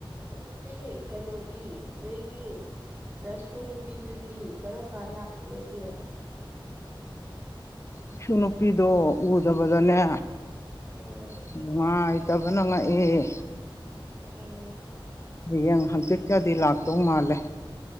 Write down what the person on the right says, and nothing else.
ꯑꯗꯨꯗꯤ ꯀꯩꯅꯣꯗꯤ ꯅꯣꯏꯒꯤ ꯅꯁꯨ ꯅꯨꯄꯤꯗꯨꯗꯤ ꯀꯔꯝ ꯀꯥꯟ ꯂꯥꯛꯅꯤꯒꯦ
ꯑꯥ
ꯎꯥ